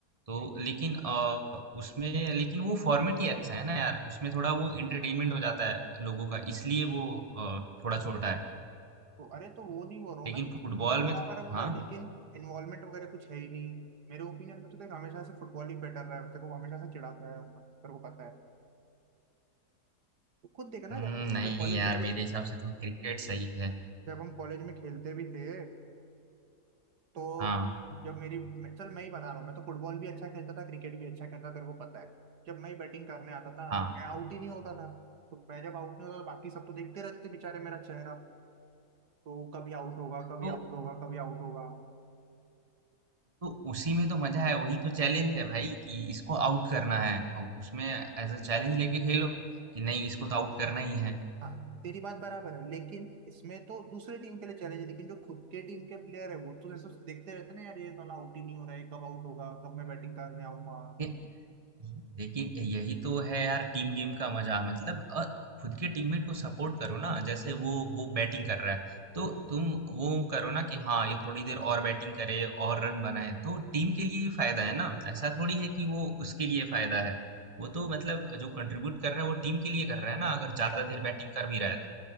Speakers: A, on the right; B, on the right.
A: तो लेकिन अ, उसमें लेकिन वो फॉर्मेट ही ऐसा है ना यार उसमें थोड़ा वो एंटरटेनमेंट हो जाता है लोगों का इसलिए वो अ, थोड़ा छोटा है
B: तो अरे तो वो नहीं बोल रहा हूँ
A: लेकिन
B: ना
A: फुटबॉल
B: बहुत बराबर
A: में
B: है वो
A: हाँ
B: रहा है लेकिन इन्वॉल्वमेंट वगैरह कुछ है ही नहीं मेरे ओपिनियन में तो देख हमेशा से फुटबॉल ही बेटर रहा है तेरे को हमेशा से चिढ़ाते आया हूँ मैं, तेरे को पता है तो खुद देखना
A: हम्म,
B: जब हमारे
A: नहीं
B: कॉलेज
A: यार
B: में भी
A: मेरे हिसाब से तो क्रिकेट सही है
B: जब हम कॉलेज में खेलते भी थे तो
A: हाँ
B: जब मेरी मैं- चल मैं ही बता रहा हूँ मैं तो फुटबॉल भी अच्छा खेलता था क्रिकेट भी अच्छा खेलता था तेरे को पता है जब मैं बैटिंग करने आता था
A: हाँ
B: मैं आउट ही नहीं होता था तो मैं जब आउट नहीं होता तो बाकी सब तो देखते रहते थे बेचारे मेरा चेहरा तो कभी आउट होगा कभी
A: तो
B: आउट होगा कभी आउट होगा
A: तो उसी में तो मजा है वही तो चैलेंज है भाई कि इसको आउट करना है और उसमें एज अ चैलेंज लेके खेलो कि नहीं
B: तो
A: इसको तो आउट करना ही है
B: हाँ तेरी बात बराबर है लेकिन इसमें तो दूसरे टीम के लिए चैलेंज है लेकिन जो खुद के टीम के प्लेयर है वो तो जैसे देखते रहते हैं ना यार ये साला आउट ही नहीं हो रहा है कब आउट होगा कब मैं बैटिंग करने आऊंगा
A: लेकिन लेकिन यही तो है यार टीम गेम का मजा मतलब अ, खुद के टीममेट को सपोर्ट करो ना जैसे वो वो बैटिंग कर रहा है तो तुम वो करो ना कि हाँ ये थोड़ी देर और बैटिंग करे और रन बनाए तो टीम के लिए ही फायदा है ना ऐसा थोड़ी है कि वो उसके लिए फायदा है वो तो मतलब जो कंट्रीब्यूट कर रहा है वो टीम के लिए कर रहा है ना अगर ज्यादा देर बैटिंग कर भी रहा है तो